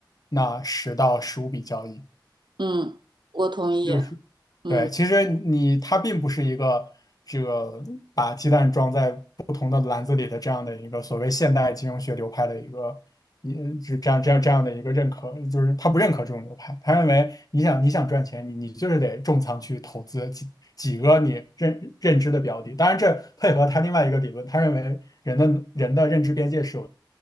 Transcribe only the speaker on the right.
嗯，我同意。
嗯